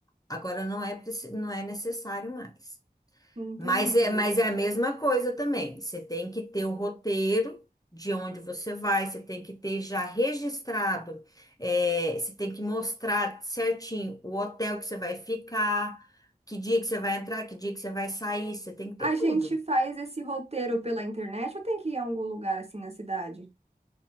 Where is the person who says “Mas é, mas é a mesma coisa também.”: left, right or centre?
Left